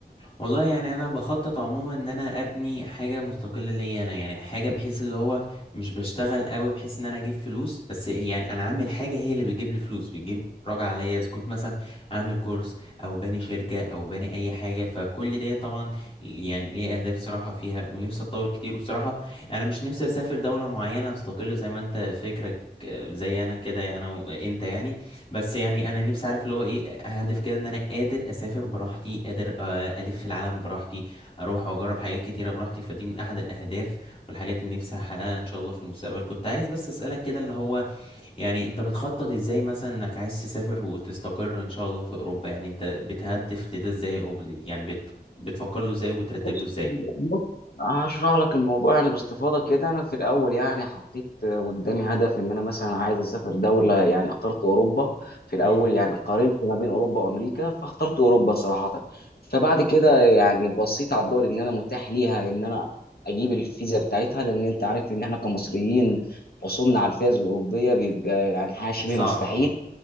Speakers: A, on the left; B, on the left.
A: والله يعني انا بخطط عموما ان انا ابني حاجه مستقله ليا انا يعني حاجه بحيث اللي هو مش بشتغل قوي بحيث ان انا اجيب فلوس بس يعني انا عامل حاجه هي اللي بتجيب لي فلوس بتجيب راجع عليا اذا كنت مثلا عامل كورس او باني شركه او باني اي حاجه فكل دي طبعا يعني ليه اهداف صراحه فيها ونفسي اتطور كتير وصراحه انا مش نفسي اسافر دوله معينه استقل زي ما انت فكرك آه، زي انا كده يعني وانت يعني بس يعني انا نفسي عارف اللي هو ايه هدف كده ان انا قادر اسافر براحتي قادر آه، الف في العالم براحتي اروح واجرب حاجات كتيره براحتي فدي من احد الاهداف والحاجات اللي نفسي احققها ان شاء الله في المستقبل كنت عايز بس اسالك كده اللي هو يعني انت بتخطط ازاي مثلا انك عايز تسافر وتستقر ان شاء الله في اوروبا يعني انت بتهدف لده ازاي او بت- يعني بت... بتفكر له ازاي وبترتب
B: بص
A: له ازاي
B: بص، هشرح لك الموضوع يعني باستفاضه كده انا في الاول يعني حطيت قدامي هدف ان انا مثلا عايز اسافر دوله يعني اخترت اوروبا في الاول
A: امم
B: يعني قارنت ما بين اوروبا وامريكا فاخترت اوروبا صراحه فبعد كده يعني بصيت على الدول ان انا متاح ليها ان انا اجيب الفيزا بتاعتها لان انت عارف ان احنا كمصريين حصولنا على الفيزا الاوروبيه بيبقى يعني حاجه شبه
A: صعب
B: مستحيل
A: اه